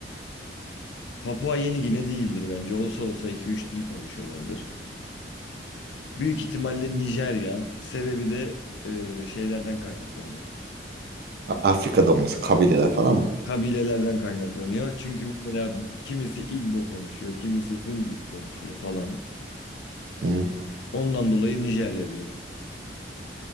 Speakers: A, on the left; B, on the right.
A: Papua Yeni Gine değildir bence. Olsa olsa iki üç dil konuşuyorlardır. Büyük ihtimalle Nijerya. Sebebi de ee, şeylerden kaynaklanıyor.
B: Afrika'da olması kabileler falan mı?
A: Kabilelerden kaynaklanıyor. Çünkü mesela kimisi Igbo konuşuyor, kimisi Hundik konuşuyor falan.
B: Hı-hı.
A: Ondan dolayı Nijerya diyorum.